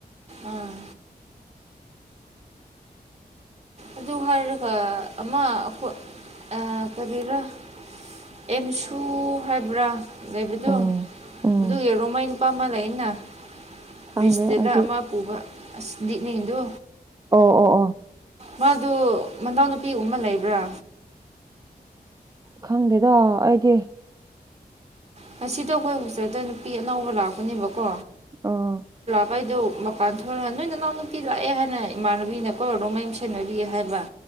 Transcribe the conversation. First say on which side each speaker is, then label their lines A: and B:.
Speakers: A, on the right; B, on the right.
A: ꯑꯥ ꯑꯗꯨ ꯍꯥꯏꯔꯒ ꯑꯃ ꯑꯩꯈꯣꯏ ꯀꯔꯤꯔꯥ ꯑꯦꯝꯁꯨ ꯍꯥꯏꯕ꯭ꯔꯥ ꯂꯩꯕꯗꯨꯣ
B: ꯎꯝ ꯎꯝ
A: ꯑꯗꯨꯒꯤꯔꯣꯃꯥꯏꯅ ꯑꯄꯥ ꯑꯃ ꯂꯩꯩꯅ
B: ꯈꯪꯗꯦ
A: ꯄ꯭ꯔꯤꯁꯇꯂ
B: ꯑꯩꯗꯤ
A: ꯑꯃ ꯄꯨꯕ ꯑꯁ ꯂꯤꯗꯤꯛꯅꯤꯡꯗꯨ
B: ꯑꯣ ꯑꯣ ꯑꯣ
A: ꯃꯥꯗꯨ ꯃꯅꯥꯎꯅꯨꯄꯤꯒꯨꯝ ꯑꯃ ꯂꯩꯕ꯭ꯔꯥ
B: ꯈꯪꯗꯦꯗ ꯑꯩꯗꯤ
A: ꯉꯁꯤꯗꯣ ꯑꯩꯈꯣꯏ ꯍꯣꯁꯇꯦꯜꯗ ꯅꯨꯄꯤ ꯑꯅꯧꯕ ꯂꯥꯛꯄꯅꯦꯕꯀꯣ
B: ꯑꯥ
A: ꯕꯩꯗꯣ ꯃꯄꯥꯟ ꯊꯣꯛꯔꯒ ꯅꯣꯏ ꯅꯅꯥꯎ ꯅꯨꯄꯤ ꯂꯥꯛꯑꯦ ꯍꯥꯏꯅ ꯏꯃꯥꯟꯅꯕꯤꯅ ꯀꯣꯏꯔꯗꯧ ꯃꯌꯨꯝ ꯁꯦꯟꯅꯕꯤꯌꯦ ꯍꯥꯏꯕ